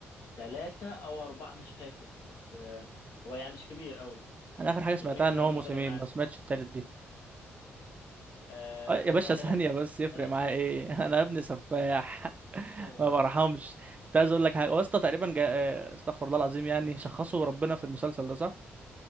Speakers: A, on the left; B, on the right.
A: ثلاثة او اربعة مش فاكر بس آه، هو يعني مش كبير قوي
B: انا اخر حاجة
A: انت
B: سمعتها
A: كده كده
B: ان هو
A: مش
B: موسمين
A: فارق معاك
B: ما سمعتش التالت دي
A: آه
B: آه،
A: لا
B: يا
A: هو
B: باشا
A: يبقى ثلاثة
B: ثانية بس يفرق
A: ثلاثة
B: معايا ايه <laughs> انا يا ابني سفاح <laughs>
A: <laughs>
B: ما برحمش كنت عايز اقول لك حاجة واسطى تقريبا جا... آه، استغفر الله العظيم يعني شخصوا ربنا في المسلسل ده صح